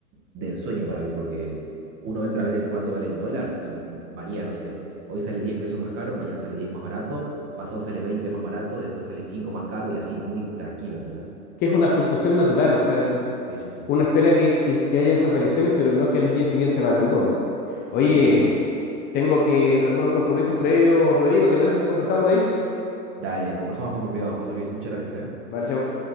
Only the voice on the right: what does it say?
de ensueño para mí, porque uno entra a ver el cuánto vale el dólar y varía, no sé, hoy sale 10 pesos más caro, mañana sale 10 más barato, pasado sale 20 más barato, después sale 5 más caro y así, muy tranquilo, ¿entendés?
Sí, sí, sí.
Sí, sí, sí,
Dale, conversamos pues por privado, José Luis. Muchas gracias, ¿eh?